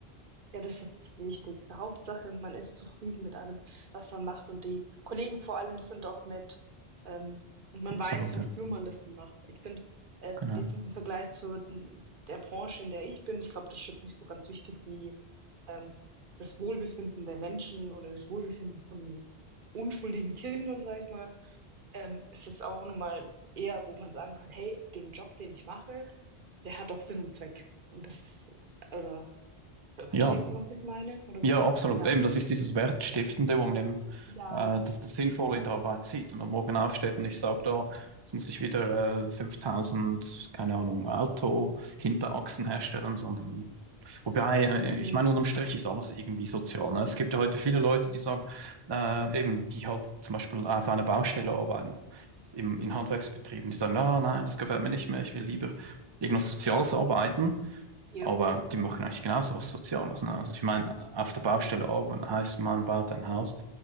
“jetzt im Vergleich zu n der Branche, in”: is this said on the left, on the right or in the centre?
Right